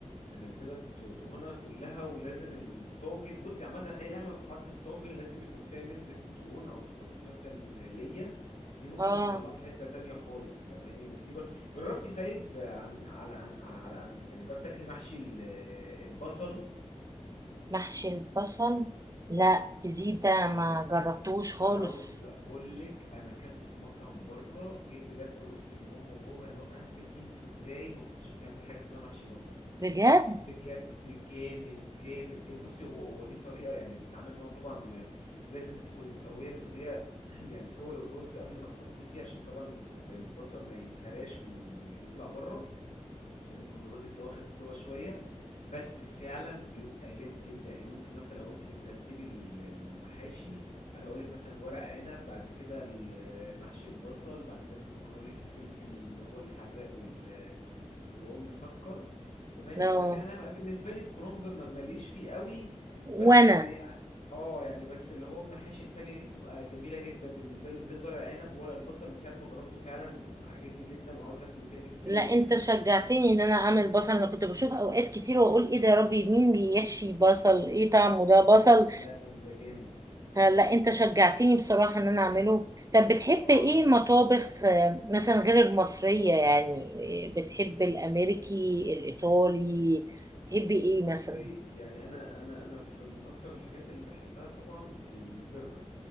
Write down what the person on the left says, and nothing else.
منزله الد- دهونها كلها ولازم الطاجن بصي عامه اي لحمه بتتحط في طاجن لازم يكون فيها نسبه دهون او تحطي مثلا ليا دي ممكن
تطلعها في حته تانية خالص فاهماني وفي بر... جربتي طيب عن على عن على عن- يعني جربت تاكلي محشي ال- البصل
ده
عاوز اقول لك انا اكلته في مطعم بره جيت بجد قلت لماما وبابا هنا عندي في البيت انتوا ازاي ما كنتوش بتعملوا حاجه اسمها محشي بصل
بجد جامد جامد جامد بصي هو هو ليه طريقه يعني بيتعمل ان هو طبعا لازم تكوني مسويه مديه <clears throat> يعني سوى للرز قبل ما تحطيه فيه عشان طبعا الب- البصل ما يتهراش ويطلع بره لازم يكون الرز بتاعه واخد سوا شويه بس فعلا بيبقى جامد جدا يعني ممكن مثلا لو انت بترتبي ال- المحاشي انا اقولك مثلا ورق عنب بعد كده ال- محشي البصل بعد كده مثلا ممكن اقولك الفلفل اللي هو الحراق وال- واللي هو المسكر فماني
بعد كده انا بالنسبه لي الكرنب ما- ماليش فيه قوي
بس يعني اه يعني بس اللي هو المحاشي التانية دي بتبقى جميلة جدا بالنسبة لي بالذات ورق عنب وورق البصل من ساعة ما جربته فعلا عجبني جدا وعاوز اكله تاني كتير
يعني
لا لا بيبقى جامد
اه
ده حقيقي
بصي
يعني انا انا انا في من اكتر الحاجات اللي بحبها طبعا البرجر